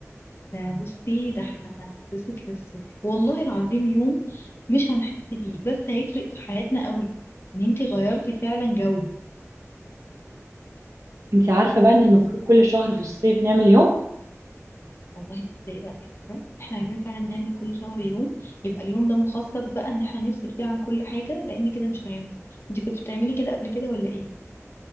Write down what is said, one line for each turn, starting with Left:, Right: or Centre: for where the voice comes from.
Left: ده بصي ده احنا هنتبسط للصبح والله العظيم يوم مش هنحس بيه بس هيفرق في حياتنا قوي ان انتي غيرتي فعلا جو
Right: انت عارفه بقى ان المفروض كل شهر في الصيف نعمل يوم
Left: والله تصدقي بقى دي فكرة احنا عايزين فعلا نعمل كل شهر يوم يبقى اليوم ده مخصص بقى ان احنا نفصل فيه عن كل حاجة لان كده مش هينفع انتي كنت بتعملي كده قبل كده ولا ايه